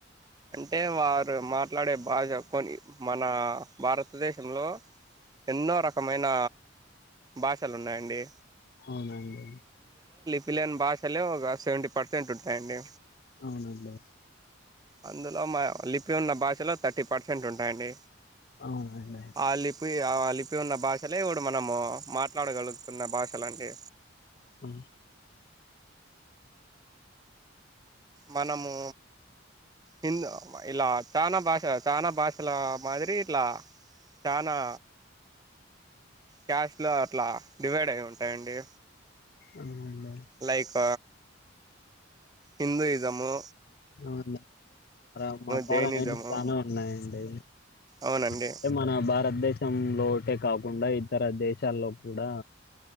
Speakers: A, on the right; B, on the left.
A: అంటే వారు మాట్లాడే భాష కొని, మన భారతదేశంలో ఎన్నో రకమైన భాషలు ఉన్నాయండి.
B: అవునండి
A: మిలియన్ భాషలే ఒక సెవెంటీ పర్సెంట్ ఉంటాయండి.
B: అవునండి
A: అందులో మా లిపి ఉన్న భాషలో థర్టీ పర్సెంట్ ఉంటాయండి.
B: అవునండి
A: ఆ లిపి ఆ లి ఉన్న భాషలే ఇవిడు మనము మాట్లాడగలుగుతున్న భాషలండి.
B: ఉ
A: మనము హిందు ఇలా చాలా భాష చాలా భాషల మాదిరి ఇట్లా, చానా క్యాస్ట్లో అట్లా డివైడ్ అయి ఉంటాయండి.
B: అవునండి
A: లైక్ హిందుయిజము
B: అవును అలా మతాలనేవి
A: జైనిజము
B: చానా ఉన్నాయండి.
A: అవునండి
B: అంటే మన భారతదేశం లోటే కాకుండా, ఇ ఇతర దేశాల్లో కూడా